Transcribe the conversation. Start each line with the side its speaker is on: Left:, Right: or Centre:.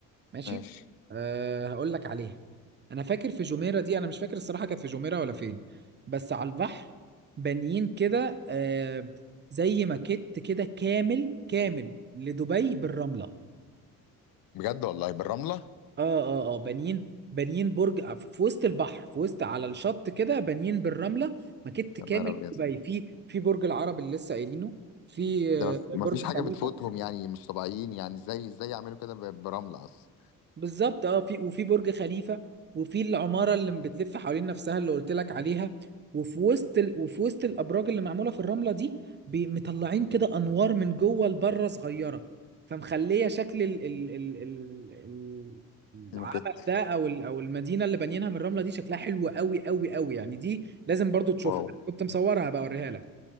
Right: ماشي
Left: ماشي
Right: أه هقول لك عليها أنا فاكر في جميرة دي أنا مش فاكر الصراحة كانت في جميرة ولا فين بس على البحر بانيين كده أه زي ماكيت كده كامل كامل لدبي بالرملة
Left: بجد والله بالرمله
Right: اه اه اه بانيين بانيين برج ف- في وسط البحر في وسط على الشط كده بانيين بالرمله مكت
Left: يا
Right: كامل
Left: نهار ابيض
Right: دبي في في برج العرب اللي لسه قايلينه في
Left: ده
Right: آه،
Left: ما
Right: برج
Left: فيش حاجه
Right: خليفه
Left: بتفوتهم يعني مش طبيعيين يعني ازاي ازاي يعملوا كده ب- برمله اصلا
Right: بالظبط اه في وفي برج خليفة وفي العمارة اللي بتلف حوالين نفسها اللي قلت لك عليها وفي وسط ال... وفي وسط الأبراج اللي معمولة في الرملة دي بي... مطلعين كده أنوار من جوه لبره صغيرة فمخلية شكل ال... ال... ال... ال... ال... العمل
Left: الموكيت
Right: ده أو ال... أو المدينة اللي بانيينها من الرملة دي شكلها حلو قوي قوي قوي يعني دي لازم برضو تشوفها
Left: واو
Right: كنت مصورها بقى أوريها لك